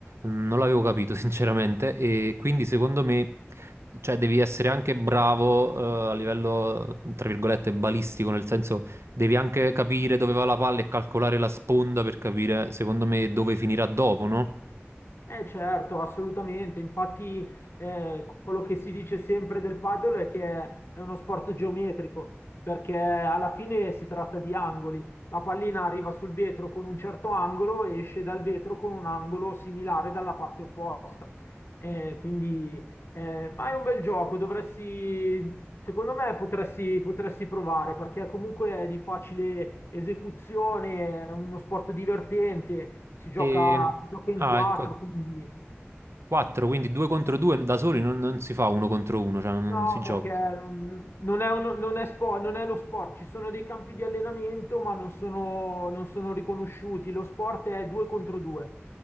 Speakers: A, on the right; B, on the left.
A: mm, non l'avevo capito <laughs> sinceramente e quindi secondo me, cioè, devi essere anche bravo eh, a livello, tra virgolette, balistico, nel senso devi anche capire dove va la palla e calcolare la sponda per capire, secondo me, dove finirà dopo, no?
B: Eh certo, assolutamente. Infatti, eh, quello che si dice sempre del paddle è che è uno sport geometrico, perché alla fine si tratta di angoli. La pallina arriva sul vetro con un certo angolo e esce dal vetro con un angolo similare dalla parte opposta. Eh, quindi, eh, ma è un bel gioco, dovresti Secondo me potresti, potresti provare perché comunque è di facile esecuzione, è uno sport divertente, si gioca,
A: E...
B: si gioca in
A: Ah,
B: quattro,
A: ecco,
B: quindi
A: 4, quindi 2 contro 2 da soli non, non si fa uno contro uno, cioè non non
B: no,
A: si gioca.
B: perché mm, non è, uno- non è spo- non è lo sport, ci sono dei campi di allenamento ma non sono, non sono riconosciuti, lo sport è due contro due.